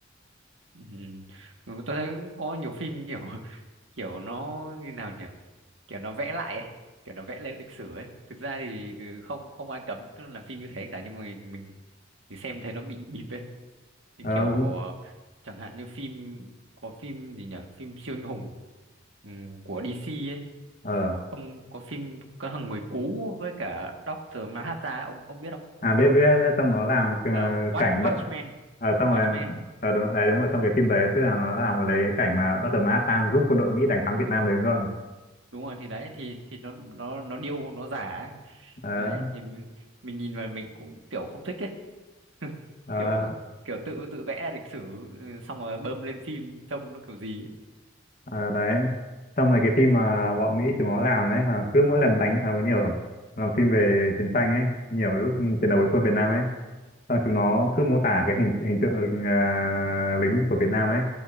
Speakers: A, on the right; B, on the left.
A: ừ, ừ. Ừ, tôi thấy có nhiều phim kiểu <laughs> kiểu nó như nào nhỉ kiểu nó vẽ lại ấy. kiểu nó vẽ lên lịch sử ấy thực ra thì ừ, không không ai cấm cứ làm phim như thế cả nhưng mà mình, mình thì xem thấy nó bị bịp ấy như
B: ờ
A: kiểu
B: đúng-
A: ờ, chẳng hạn như phim có phim gì nhỉ phim siêu anh hùng ừm, của DC ấy
B: ờ
A: ông có phim có thằng người cú với cả Doctor Manhattan ấy, ông ông biết không
B: à biết biết biết, xong nó làm ờ,
A: Ờ, Watch
B: cảnh
A: Watchmen
B: đậm ờ xong rồi
A: Watchmen
B: ờ đúng đấy đúng rồi trong cái phim đấy tức là nó làm lấy cảnh mà Dr. Manhattan giúp quân đội Mỹ đánh thắng Việt Nam đấy đúng không
A: đúng rồi thì đấy thì thì nó nó nó điêu nó giả ấy
B: ờ
A: đấy thì mình, mình nhìn vào mình cũng kiểu không thích ấy <laughs>
B: ờ
A: kiểu kiểu tự tự vẽ lịch sử ừ, xong rồi bơm lên phim trông nó kiểu gì ấy.
B: Ờ, đấy xong rồi cái phim mà bọn Mỹ chúng nó làm ấy mà cứ mỗi lần đánh à, nhiều làm phim về chiến tranh ấy nhiều lúc chiến đấu với quân Việt Nam ấy xong chúng nó cứ mô tả cái hình hình tượng à, lính của Việt Nam ấy